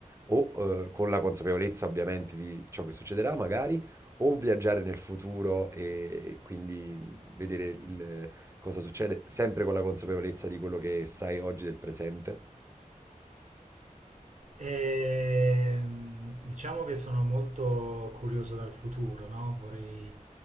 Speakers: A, on the right; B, on the right.
A: o eh, con la consapevolezza ovviamente di ciò che succederà, magari, o viaggiare nel futuro e quindi vedere il- cosa succede, sempre con la consapevolezza di quello che sai oggi del presente?
B: Ehm, diciamo che sono molto curioso dal futuro, no? Vorrei,